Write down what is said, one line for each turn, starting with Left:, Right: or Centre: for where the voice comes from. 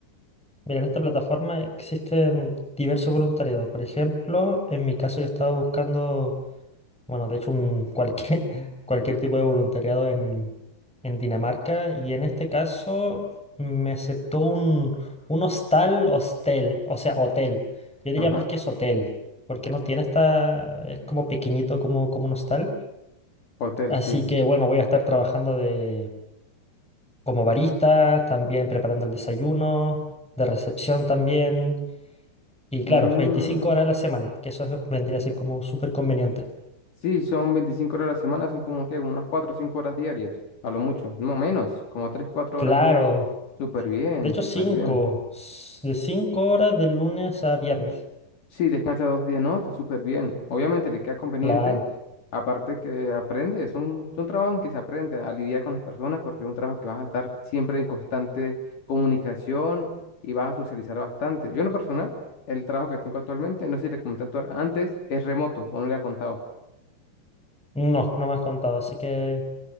Centre: Mira, en esta plataforma existen diversos voluntariados. Por ejemplo, en mi caso yo estaba buscando, bueno, de hecho un cualquier, <laughs> cualquier tipo de voluntariado en, en Dinamarca y en este caso me aceptó un, un hostal, hostel, o sea, hotel. Yo diría
Left: Ajá.
Centre: más que es hotel, porque no tiene esta, es como pequeñito como, como un hostal.
Left: Hotel,
Centre: Así
Left: sí.
Centre: que bueno, voy a estar trabajando de, como barista, también preparando el desayuno, de recepción también. Y claro,
Left: Mm,
Centre: 25 horas a la semana, que eso es- vendría a ser como súper conveniente.
Left: sí, son 25 horas a la semana, son como que unas 4 o 5 horas diarias, a lo mucho. No menos, como tres cuatro
Centre: Claro,
Left: horas diarias. Súper bien,
Centre: de hecho
Left: súper
Centre: 5
Left: bien.
Centre: de 5 horas de lunes a viernes.
Left: Sí, descansa dos días, no, está súper bien. Obviamente le queda conveniente,
Centre: Claro,
Left: aparte que aprende, es un, es un trabajo en que se aprende a lidiar con las personas porque es un trabajo que vas a estar siempre en constante comunicación y vas a socializar bastante. Yo en lo personal, el trabajo que tengo actualmente, no sé si le comenté antu- antes, es remoto o no le ha contado.
Centre: no, no me has contado, así que